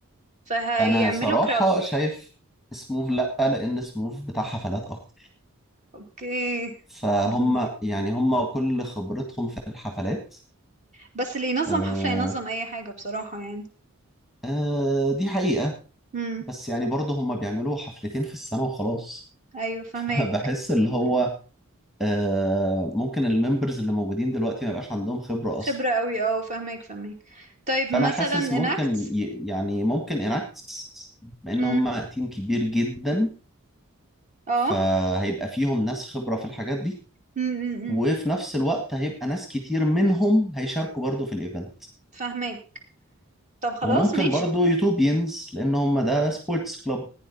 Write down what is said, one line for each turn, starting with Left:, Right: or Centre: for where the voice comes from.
Right: فهيعملوا
Centre: انا صراحة
Right: كراود
Centre: شايف سموف لا لان سموف بتاع حفلات اكتر
Right: اوكي
Centre: فهم
Right: مهم.
Centre: يعني هم كل خبرتهم في الحفلات
Right: بس اللي ينظم
Centre: آه
Right: حفلة ينظم اي حاجة بصراحة يعني
Centre: آه دي حقيقة
Right: امم
Centre: بس يعني برضه هم بيعملوا حفلتين في السنة وخلاص
Right: ايوه فهمك
Centre: <laughs> بحس اللي هو
Right: <laughs>
Centre: آه ممكن الممبرز اللي موجودين دلوقتي ما يبقاش عندهم خبرة أصلا
Right: خبرة قوي اه فهمك فهمك طيب
Centre: فأنا
Right: مثلا
Centre: حاسس
Right: اناكت
Centre: ممكن ي- يعني ممكن اناكتس بأن
Right: امم
Centre: هم تيم كبير جدا
Right: اه
Centre: فهيبقى فيهم ناس خبرة في الحاجات دي
Right: امم
Centre: وفي نفس الوقت هيبقى ناس كتير منهم هيشاركوا برضه في الإيفنت
Right: فهمك طب خلاص
Centre: وممكن
Right: ماشي
Centre: برضه يوتوبينز لأن هم ده سبورتس كلوب